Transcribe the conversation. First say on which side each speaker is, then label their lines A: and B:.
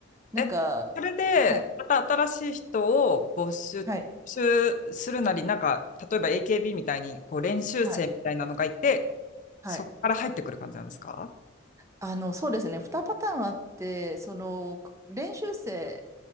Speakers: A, on the right; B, on the left.
A: なんか、
B: え、それで、
A: はい、
B: また新しい人を募集、募集するなり、
A: はい、
B: なんか、例えば AKB みたいに、こう、練習生みたいなのがいて、
A: はい、はい。
B: そこから入ってくる感じなんですか
A: あの、そうですね、二パターンあって、その、練習生、